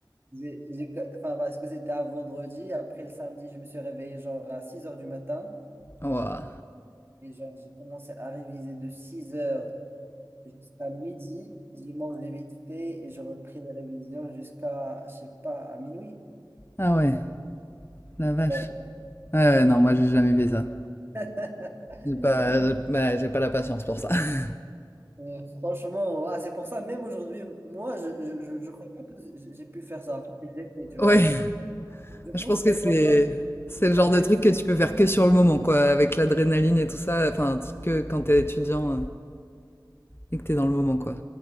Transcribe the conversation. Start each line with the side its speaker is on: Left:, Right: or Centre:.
Right: j'ai, j'ai- enfin, parce que c'était un vendredi, après le samedi, je me suis réveillé genre à six heures du matin
Left: Ah, ouah.
Right: et genre j'ai commencé à réviser de 6 heures jusqu'à midi. J'ai mangé vite fait et je repris les révisions jusqu'à, je sais pas, à minuit.
Left: Ah ouais, la vache.
Right: Donc,
Left: Ouais, ouais, non, moi j'ai jamais fait ça.
Right: <laughs>
Left: J'ai pas, euh, bah, j'ai pas la patience pour ça. <laughs>
Right: Euh, franchement, ouais, c'est pour ça, même aujourd'hui, moi, je je, je je crois pas que j- j'ai pu faire ça. J'ai fait, tu vois.
Left: Ouais,
Right: Je pense
Left: je pense
Right: que
Left: que c'est
Right: quand,
Left: c'est
Right: quand
Left: le genre
Right: on
Left: de
Right: est
Left: truc que tu peux faire que sur le moment, quoi, avec l'adrénaline et tout ça, enfin, que quand t'es étudiant euh, et que t'es dans le moment, quoi.